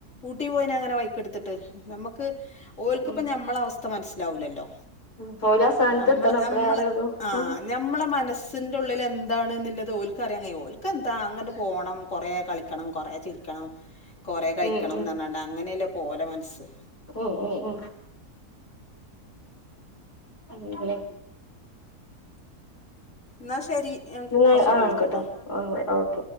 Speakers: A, on the left (about 50°); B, on the left (about 85°).
A: ഊട്ടി പോയിന അങ്ങനെ ബൈക്ക് ടുത്തിട്ട് നമ്മക്ക് ഓൽക്ക്
B: ഉം
A: പ്പം ന മ്മള അവസ്ഥ മനസ്സിലാവൂലല്ലോ
B: ഉം ഓല് ആ സ്ഥാനത്ത്
A: മ്മള
B: എത്തണം അപ്പളേ
A: അമ്മള
B: അറിയുള്ളൂ
A: ആ
B: ഉം
A: ഞമ്മളെ മനസ് ന്റെ ഉള്ളിൽ എന്താണ് ന്നുള്ളത് ഓൽക്കറിയാൻ കയ്യോ ഓൽക്ക് എന്താ അങ്ങട്ട് പോണം കൊറേ കളിക്കണം കൊറെ ചിരി ക്കണം കൊറെ കഴിക്കണം
B: ഉം
A: ന്ന് റ്ഞ്ഞാണ്ട് അങ്ങനെയല്ലേ പ്പം ഓലെ മനസ്സ്
B: ഉ ഉം ഉം ഉം അങ്ങനെ
A: ന്നാ ശരി
B: എന്നാ
A: കൊറച്ചയ്ഞ്ഞിട്ട്
B: ആ ആയിക്കോട്ടെ
A: വിളിക്കട്ടോ
B: ഓക്കെ